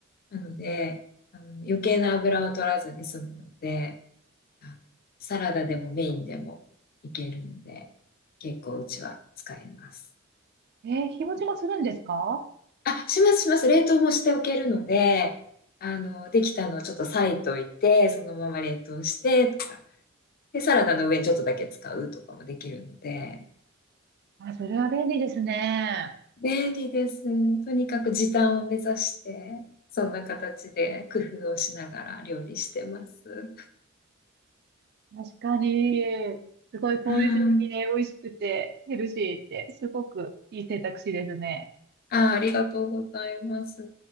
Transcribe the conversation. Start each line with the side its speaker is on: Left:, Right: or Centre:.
Left: なので、あの、余計な油を取らずに済むので、あのサラダでもメインでもいけるので、結構うちは使います。
Right: えー、日持ちもするんですか
Left: あ、しますします。冷凍もしておけるので、あの、できたのをちょっと裂いといて、そのまま冷凍してとか、で、サラダの上にちょっとだけ使うとかもできるので、
Right: あ、それは便利ですね。
Left: 便利です。とにかく時短を目指して、そんな形で工夫をしながら料理してます。
Right: 確かに、すごい効率的で美味しくてヘルシーって、
Left: はい
Right: すごくいい選択肢ですね。
Left: あー、ありがとうございます。